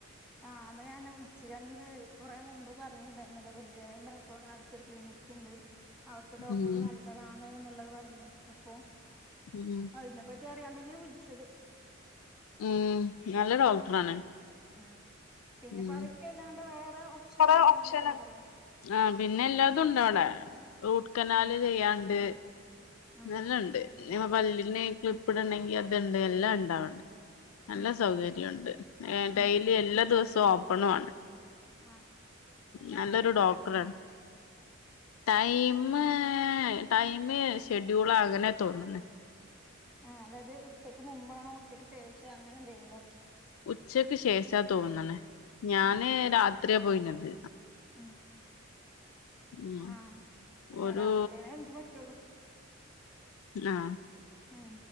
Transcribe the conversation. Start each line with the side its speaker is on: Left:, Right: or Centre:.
Centre: ആഹ് അതെ ഞാൻ വിളിച്ചിരിന്ന് കൊറെ മുമ്പ് പറഞ്ഞിണ്ടായിരുന്നല്ലോ പല്ല് വേദന ഇണ്ടായപ്പൊ ഇങ്ങനെ അടുത്തൊരു ക്ലിനിക്ക് ഇണ്ട്. അവിടുത്തെ ഡോക്ടർ
Left: ഉം
Centre: നല്ലതാണ് എന്നുള്ളത് പറ.. <inaudible> അപ്പൊ
Left: ഉം
Centre: അതിനെ പ.. <unintelligible> അറിയാൻ തന്നെയാ വിളിച്ചത്
Left: ഉം നല്ല ഡോക്ടറാണ്.
Centre: അ പിന്നെ
Left: ഉം
Centre: പറിക്കല്ലാണ്ട് വേറെ ഓപ്ഷൻ
Left: കൊറേ
Centre: എന്തെങ്കിലും
Left: ഓപ്ഷനാണ്
Centre: വേറെ പറയോ
Left: ആഹ് പിന്നെ എല്ലാതും ഉണ്ടോ അവിടെ റൂട്ട് കനാല്
Centre: ഉം
Left: ചെയ്യാണ്ട്..
Centre: ഉം
Left: നല്ലണ്ട് ന പല്ലിന് ക്ലിപ്പിടണങ്കി അത്ണ്ട് എല്ലാം ഉണ്ടാവണ്ടേ നല്ല
Centre: ഉം
Left: സൗകര്യം ഉണ്ട് ഡെയിലി
Centre: ഉം ഉം
Left: എല്ലാ ദിവസവും ഒ.. പണുവാണ്
Centre: ആ എല്ലാ
Left: നല്ലൊരു
Centre: ടൈമിലും
Left: ഡോക്ടറാണ്
Centre: ഉണ്ടോ
Left: ടൈമ് ടൈമ് ചോയിച്ച്.. ഷെഡ്യൂൾ ആകനെ തോന്നുന്നെ
Centre: ആ അതായത് ഉച്ചക്ക് മുമ്പാണോ ഉച്ചക്ക് ശേഷം അങ്ങനെ എന്തുണ്ടോ
Left: ഉച്ചക്ക് ശേഷാ തോന്നണ ഞാന്
Centre: ആണോ
Left: രാത്രി അതേ പോയിന്നത്
Centre: ഉം
Left: ഉം
Centre: ആ
Left: ഒരു
Centre: രാത്രിനെ എനിക്ക് പറ്റുള്ളൂ
Left: ആ
Centre: ആ